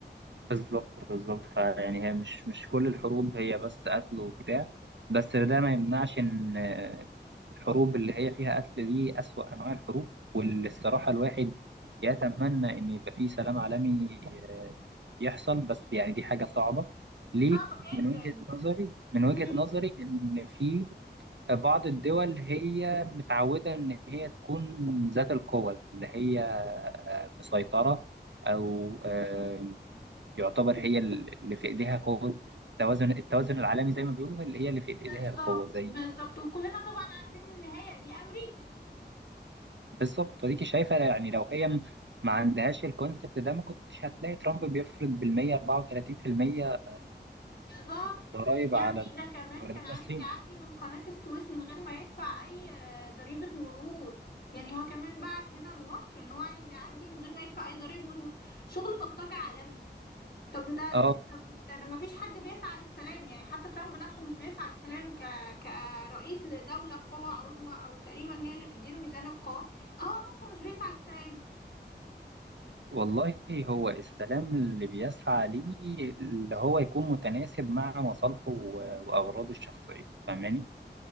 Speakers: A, on the right; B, on the left.
A: بالظبط بالظبط فيعني هي مش مش كل الحروب هي بس قتل وبتاع بس ده ما يمنعش ان آه، الحروب اللي هي فيها قتل دي أسوأ انواع الحروب واللي الصراحة الواحد يتمنى ان يبقى فيه سلام عالمي آه، يحصل بس يعني دي حاجة صعبة ليه
B: صعبة جدا
A: من وجهة نظري من وجهة
B: مم.
A: نظري ان في بعض الدول هي متعودة ان هي تكون ذات القوة اللي هي آه، مسيطرة أو آه، يعتبر هي اللي في إيديها قوة التوازن التوازن العالمي زي ما بيقولوا اللي هي اللي في إيديها
B: بالظبط
A: القوة زي
B: بالظبط وكلنا طبعا عارفين النهاية دي أمريكا
A: بالظبط وديكي شايفة يعني لو هي م- ما عندهاش الكونسبت ده ما كنتش هتلاقي ترامب بيفرض بالمية 34%
B: بالظبط
A: ضرائب
B: يا
A: على
B: ابني ده كمان
A: الواردات
B: كان عايز
A: من الصين
B: يعدي من قناة السويس من غير ما يدفع أي آه، ضريبة مرور يعني هو كمان بعت هنا لمصر إن هو عايز يعدي من غير ما يدفع أي ضريبة مرور شغل بلطجة عالمي طب ده
A: اه
B: طب ده, ده ما فيش حد بيسعى للسلام يعني حتى ترامب نفسه مش بيسعى للسلام ك كرئيس لدولة قوى عظمى او تقريبا هي اللي بتدير ميزان القوى هو نفسه مش بيسعى للسلام
A: والله هو السلام اللي بيسعى ليه اللي هو يكون متناسب مع مصالحه و- وأغراضه الشخصية فاهماني؟